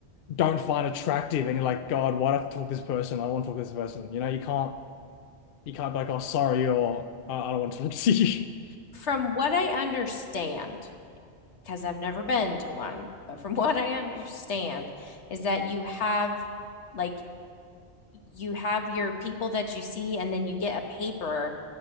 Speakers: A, on the left; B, on the left.
A: don't find attractive and you're like, God, why do I have to talk to this person? I don't want to talk to this person. You know, you can't you can't be like, oh sorry, or I I don't want to talk to you. <laughs>
B: <clears throat> From what I understand, because I've never been to one, but from <laughs> what I understand is that you have like, you have your people that you see, and then you get a paper